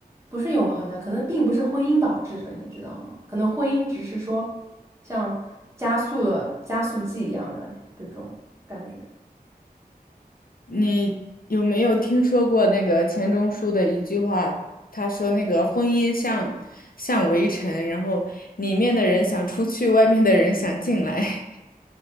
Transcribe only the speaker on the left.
你有没有听说过那个钱钟书的一句话？他说那个婚姻像像围城，然后里面的人想出去，外面的人想进来。